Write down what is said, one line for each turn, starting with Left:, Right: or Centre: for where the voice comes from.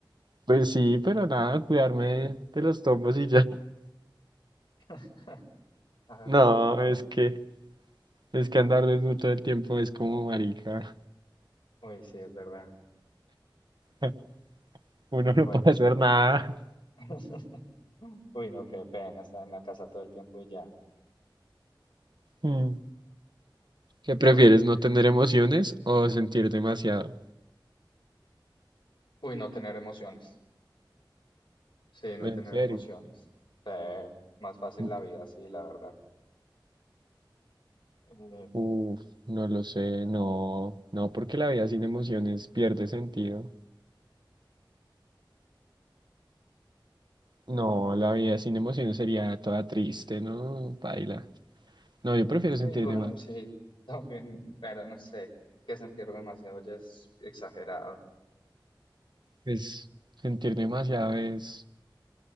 Right: Pues sí, pero nada, cuidarme de los tombos y ya. <laughs>
Left: <laughs> A ver,
Right: No,
Left: pregúntame.
Right: es que, es que andar desnudo todo el tiempo es como marica.
Left: Uy, sí, es verdad.
Right: <laughs> Uno
Left: Bueno.
Right: no puede hacer nada. <laughs>
Left: <laughs> Uy, no, qué pena estar en la casa todo el tiempo y ya.
Right: Mm. ¿Qué
Left: Bueno.
Right: prefieres, no tener emociones o sentir demasiado?
Left: Uy, no tener emociones. Sí, no
Right: En
Left: tener
Right: serio.
Left: emociones. Sí, más fácil
Right: Mm,
Left: la vida, sí, la verdad. Eh,
Right: Uf, no lo sé,
Left: a
Right: no,
Left: ver.
Right: no, porque la vida sin emociones pierde sentido. No, la vida sin emociones sería toda triste, ¿no? Paila. No, yo prefiero
Left: sí,
Right: sentir
Left: bueno,
Right: demasiado.
Left: sí, <laughs> también, pero no sé, que sentir demasiado ya es exagerado.
Right: Pues sentir demasiado es